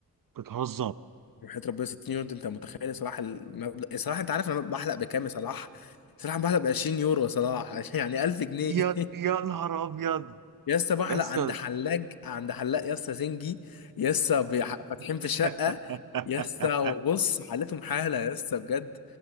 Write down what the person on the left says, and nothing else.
وحياة ربنا 60 يورو انت انت متخيل يا صلاح المبلغ يا صلاح انت عارف انا بحلق بكام يا صلاح صلاح أنا بحلق ب 20 يورو يا صلاح <laughs> يعني 1000 جنيه
يا اسطى بحلق
عند حلاج عند حلاق يا اسطى زنجي يا اسطى بيح- فاتحين في
شقه يا اسطى وبص حالتهم حاله يا اسطى بجد